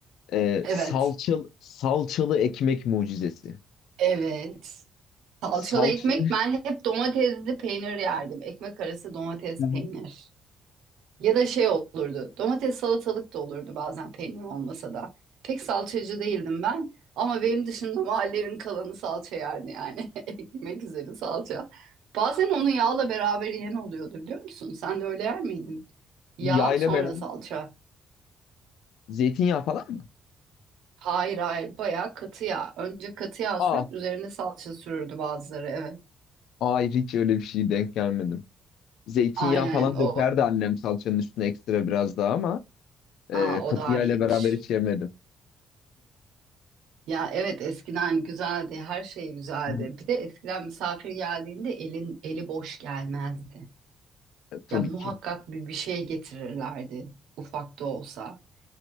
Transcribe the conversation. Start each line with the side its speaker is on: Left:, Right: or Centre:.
Left: E,
Right: Evet,
Left: salçalı, salçalı ekmek mucizesi.
Right: evet. Salçalı
Left: Salça
Right: ekmek ben hep domatesli peynir yerdim. Ekmek arası domates
Left: <laughs> Hı hı.
Right: peynir. Ya da şey olurdu. Domates salatalık da olurdu bazen peynir olmasa da. Pek salçacı değildim ben. Ama benim dışında mahallenin kalanı salça yerdi yani. <laughs> Ekmek üzeri salça. Bazen onu yağla beraber yiyen oluyordu biliyor musun? Sen de öyle yer miydin? Yağ
Left: yayla
Right: sonra
Left: veren
Right: salça.
Left: zeytinyağı falan mı?
Right: Hayır hayır bayağı katı yağ. Önce katı yağ
Left: Aa,
Right: sürüp üzerine salça sürürdü bazıları evet.
Left: hayır hiç öyle bir şey denk gelmedim. Zeytinyağı
Right: Aynen
Left: falan
Right: o.
Left: dökerdi annem salçanın üstüne ekstra biraz daha ama e,
Right: Aa o
Left: katı
Right: daha
Left: yağ
Right: iyiymiş.
Left: ile beraber hiç yemedim.
Right: Ya evet eskiden güzeldi, her şey güzeldi.
Left: Hı hı.
Right: Bir de eskiden misafir geldiğinde elin eli boş gelmezdi.
Left: E, tabii
Right: Ya muhakkak
Left: ki.
Right: bir bir şey getirirlerdi, ufak da olsa